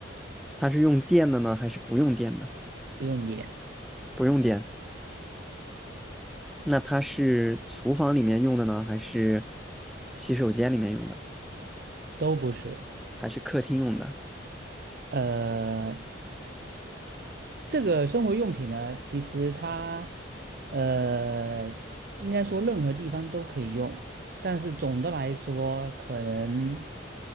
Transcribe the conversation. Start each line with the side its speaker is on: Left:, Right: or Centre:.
Centre: 它是用电的呢，还是不用电的？
Right: 不用脸，
Centre: 不用电。那它是厨房里面用的呢，还是洗手间里面用的，
Right: 都不是，
Centre: 还是客厅用的？
Right: 呃，这个生活用品呢，其实它呃，应该说任何地方都可以用，但是总的来说，可能